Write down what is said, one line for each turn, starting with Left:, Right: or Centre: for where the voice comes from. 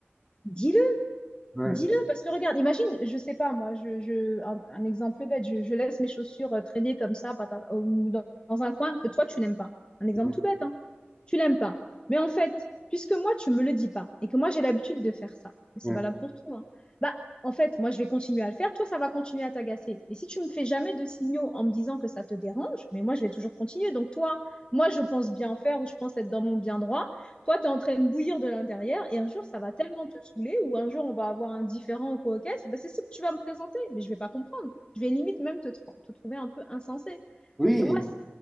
Left: Dis-le,
Centre: ouais,
Left: Dis-le, parce que regarde, imagine, je sais pas, moi, je, je, un, un exemple bête, je, je laisse mes chaussures euh, traîner comme ça patata, ou dans, dans un coin que toi, tu n'aimes pas. Un exemple
Centre: ouais,
Left: tout bête, hein. Tu l'aimes pas. Mais en fait, puisque moi, tu me le dis pas et que moi, j'ai l'habitude de faire ça, et c'est
Centre: ouais.
Left: valable pour tout, hein, bah, en fait, moi, je vais continuer à le faire, toi, ça va continuer à t'agacer. Et si tu me fais jamais de signaux en me disant que ça te dérange, mais moi, je vais toujours continuer. Donc, toi, moi, je pense bien faire ou je pense être dans mon bien droit. Toi, tu es en train de bouillir de l'intérieur et un jour, ça va tellement te saouler ou un jour, on va avoir un différent ou quoi, ok, c'est ben, c'est ce que tu vas me présenter, mais je ne vais pas comprendre. Je vais limite même te, te trouver un peu insensé.
Centre: Oui,
Left: Donc pour moi, c'est